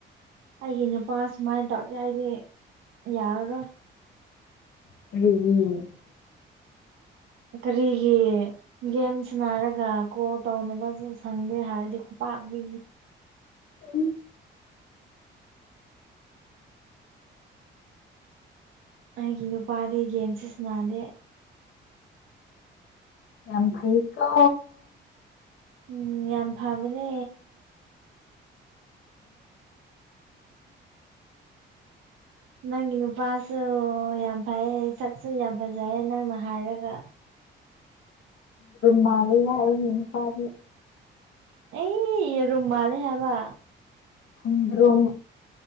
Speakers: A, on the right; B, on the left.
A: ꯑꯩꯒꯤ ꯅꯨꯄꯥ ꯁꯨꯃꯥꯏꯅ ꯇꯧꯔꯗꯤ ꯑꯩꯗꯤ ꯌꯥꯔꯔꯣꯏ
B: <unintelligible>
A: ꯀꯔꯤꯒꯤ ꯒꯦꯝ ꯁꯟꯅꯔꯒ ꯀꯣ ꯇꯧꯅꯕꯁꯨ ꯁꯪꯗꯦ ꯍꯥꯏꯔꯗꯤ ꯈꯨꯄꯥꯛꯅꯤ
B: ꯎꯝ
A: ꯑꯩꯒꯤ ꯅꯨꯄꯥꯗꯤ ꯒꯦꯝ ꯁꯤꯁꯅꯥꯗꯦ
B: ꯌꯥꯝ ꯐꯩꯀꯣ
A: ꯎꯝ ꯌꯥꯝ ꯐꯕꯅꯦ ꯅꯪꯒꯤ ꯅꯨꯄꯥꯁꯨ ꯌꯥꯝ ꯐꯩꯌꯦ ꯁꯛꯁꯨ ꯌꯥꯝ ꯐꯖꯩꯌꯦ ꯅꯪꯅ ꯍꯥꯏꯔꯒ
B: ꯃꯥ <inaudible> ꯌꯥ ꯍꯥꯏ <unintelligible>
A: ꯑꯦꯌꯦꯔꯨꯝ ꯃꯥꯂꯦ ꯍꯥꯏꯕ
B: ꯈꯣꯡꯗꯔꯣꯝ